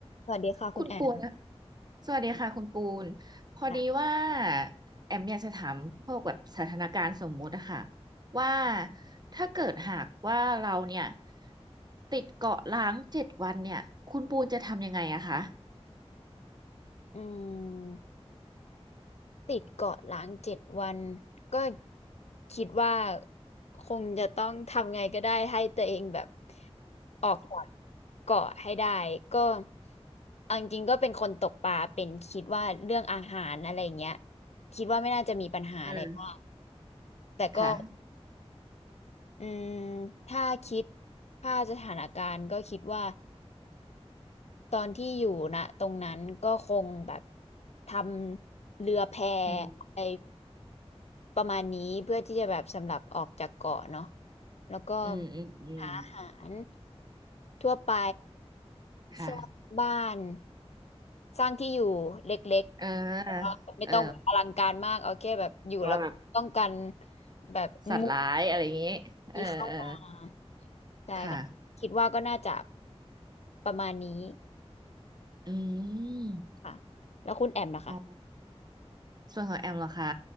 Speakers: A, on the left; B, on the right.
A: สวัสดีค่ะคุณแอม
B: คุณปูนนะสวัสดีค่ะคุณปูน พอดีว่า
A: ค่ะ
B: แอมอยากจะถามพวกแบบสถานการณ์สมมุติอะค่ะว่าถ้าเกิดหากว่าเราเนี่ยติดเกาะล้างเจ็ดวันเนี่ยคุณปูนจะทำยังไงอะคะ
A: อืมติดเกาะล้างเจ็ดวัน ก็คิดว่าคงจะต้องทำไงก็ได้ให้ตัวเองแบบออกจากเกาะให้ได้ ก็เอาจริงๆก็เป็นคนตกปลาเป็นคิดว่าเรื่องอาหารอะไรเงี้ยคิดว่าไม่น่าจะมีปัญหาอะไรมาก
B: อืม
A: แต่ก็
B: ค่ะ
A: อืมถ้าคิดถ้าสถานการณ์ก็คิดว่า ตอนที่อยู่นะตรงนั้นก็คงแบบทำเรือแพ
B: อืม
A: ไอประมาณนี้เพื่อที่จะแบบสำหรับออกจากเกาะเนาะแล้วก็
B: อืมอืมอืม
A: หาอาหารทั่วไป
B: ค่ะ
A: สร้างบ้านสร้างที่อยู่เล็กๆแต่ว่าไม่ต้องแบบอลังการมากเอาแค่แบบอยู่แล้วก็ป้องกัน
B: เออเออว่าแบบ
A: แบบงู
B: สัตว์ร้ายอะไรอย่างงี้เออเออ
A: ที่เข้ามาใช่ค่ะคิดว่าก็น่าจะ
B: ค่ะ
A: ประมาณนี้
B: อืม
A: ค่ะแล้วคุณแอมนะคะ
B: อ๋อส่วนของแอมเหรอคะ